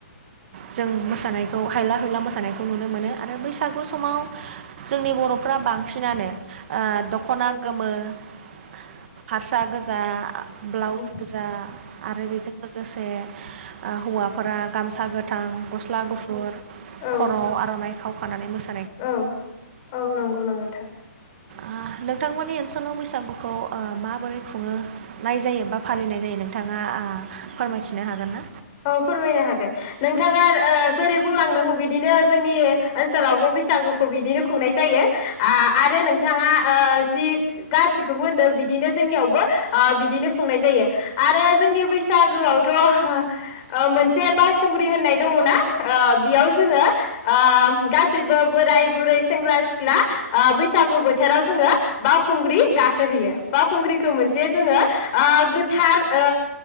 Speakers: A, on the right; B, on the left.
A: जों मोसानायखौ हायला हुला मोसानायखौ नुनो मोनो आरो बैसागु समाव जोंनि बर'फ्रा बांसिनानो ओ दखना गोमो ओ फास्रा गोजा ब्लाउस
B: औ
A: गोजा आरो बेजों लोगोसे ओ हौवाफोरा गामसा गो थां गस्ला गुफुर
B: औ
A: खरआव आरनाइ खावखानानै मोसा।
B: औ औ नंगौ नंगौ नोंथां
A: आं नोंथांमोननि ओन <inaudible> लाव बैसागुखौ ओ माबोरै खुंङो नाय जायो बा फालिनाय जायो नोंथांङा फोरमायथिनो हागोन ना?
B: औ फोरमायनो हागोन नोंथांङा ओ जेरै- बुंलांदों बिदिनो जोंनि ओनसोलावबो बैसागोखौ बिदिनो खुंनाय जायो आ आरो नोंथांङा जि गासिखौबो होनदों बिदिनो जोंनियावबो ओ बिदिनो खुंनाय जायो आरो जोंनि बैसागोआवथ' ओ मोनसे बावखुंग्रि होननाय दंङना ओ बेयाव जोंङो ओ गासैबो बोराय बुरै सेंग्रा सिख्ला ओ बैसागु बोथोराव जोंङो बावखुंग्रि गाखोहैयो बावखुंग्रिखौ मोनसे जोंङो ओ गोथार ओ